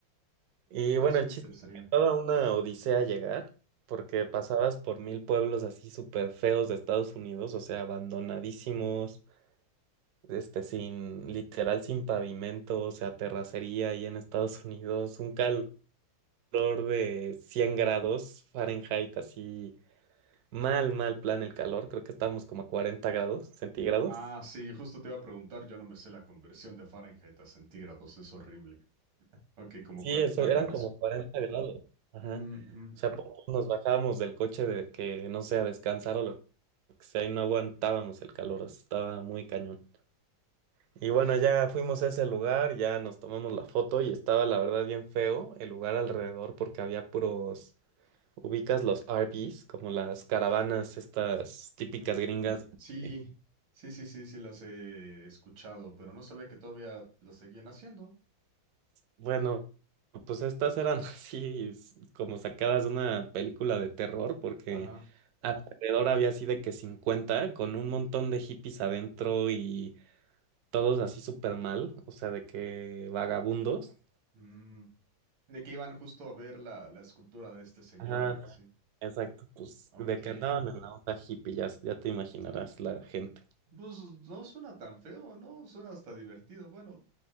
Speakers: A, on the right; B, on the right.
A: Y
B: Pero
A: bueno,
B: sí
A: el
B: me
A: chiste
B: interesaría.
A: es que toda una odisea llegar, porque pasabas por mil pueblos así súper feos de Estados Unidos, o sea, abandonadísimos, este, sin, literal, sin pavimento, o sea, terracería ahí en Estados Unidos, un calor calor de 100 grados Fahrenheit, así mal, mal plan el calor, creo que estábamos como a 40 grados centígrados.
B: Ah, sí, yo justo te iba a preguntar, yo no me sé la conversión de Fahrenheit a centígrados, es horrible. Ok, como
A: Sí,
B: cuarenta
A: eso,
B: grados.
A: eran como 40 grados, ajá.
B: Mm, mm,
A: O sea, por poco nos bajábamos del coche de que, no sé, a descansar o lo que sea, y no aguantábamos el calor, o sea, estaba muy cañón. Y bueno, ya fuimos a ese lugar, ya nos tomamos la foto y estaba la verdad bien feo el lugar alrededor porque había puros, ubicas los RVs, como las caravanas estas típicas
B: mm.
A: gringas.
B: Sí,
A: eh,
B: sí, sí, sí, sí, las he escuchado, pero no sabía que todavía las seguían haciendo.
A: Bueno, pues estas eran <laughs> así s- como sacadas de una película de terror, porque
B: Ajá.
A: alrededor había así de que 50 con un montón de hippies adentro y todos así súper mal, o sea, de que vagabundos.
B: Mm. De que iban justo a ver la, la escultura de este señor
A: Ajá,
B: y así.
A: exacto, pues
B: Ok.
A: de que andaban en la onda hippie, ya, s- ya te imaginarás la gente.
B: Pues no suena tan feo, ¿no? Suena hasta divertido. Bueno,